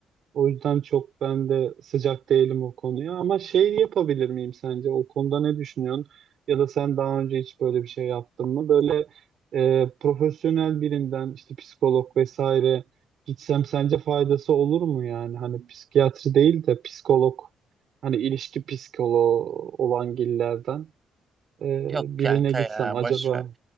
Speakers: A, on the right; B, on the right.
A: O yüzden çok ben de sıcak değilim o konuya. Ama şey yapabilir miyim sence? O konuda ne düşünüyorsun? Ya da sen daha önce hiç böyle bir şey yaptın mı? Böyle e, profesyonel birinden işte psikolog vesaire gitsem sence faydası olur mu yani? Hani psikiyatri değil de psikolog, hani ilişki psikoloğu olan gillerden e,
B: Yok kanka
A: birine gitsem
B: ya
A: acaba
B: boş ver.